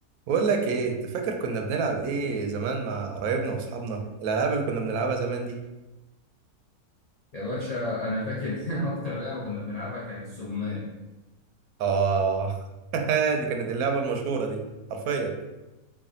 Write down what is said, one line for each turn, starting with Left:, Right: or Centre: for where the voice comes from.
Right: بقول لك ايه انت فاكر كنا بنلعب ايه زمان مع قرايبنا واصحابنا الالعاب اللي كنا بنلعبها زمان دي
Left: يا باشا انا فاكر <laughs> اكتر لعبه كنا بنلعبها كانت السجمية
Right: اه <laughs> دي كانت اللعبه المشهوره دي حرفيا